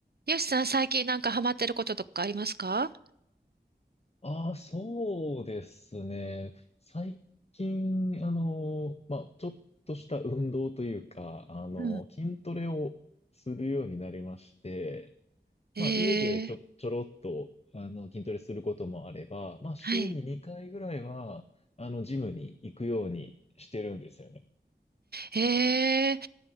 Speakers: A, on the right (about 60°); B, on the left (about 35°).
A: よしさん、最近なんかハマってることとかありますか
B: ああ、そうですね。最近、あの、まあ、ちょっとした運動というか、あの、
A: うん。
B: 筋トレをするようになりまして、
A: ええ
B: まあ、家でちょ、ちょろっと、あの、筋トレすることもあれば、まあ、週に2回ぐらいは、
A: はい。
B: あの、ジムに行くようにしてるんですよね。
A: ええ